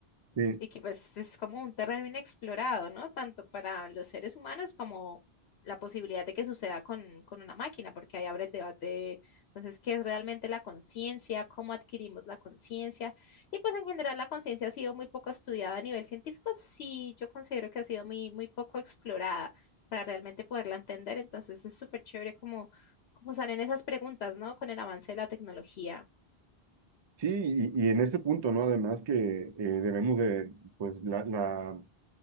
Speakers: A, on the right; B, on the left.
A: sí
B: y que pues es como un terreno inexplorado, ¿no? Tanto para los seres humanos como la posibilidad de que suceda con, con una máquina, porque ahí abre el debate, entonces, ¿qué es realmente la conciencia? ¿Cómo adquirimos la conciencia? Y pues en general la conciencia ha sido muy poco estudiada a nivel científico, sí, yo considero que ha sido muy, muy poco explorada para realmente poderla entender, entonces es súper chévere como, como salen esas preguntas, ¿no? Con el avance de la tecnología.
A: Sí, y, y en ese punto, ¿no? Además que eh, debemos de, pues, la, la,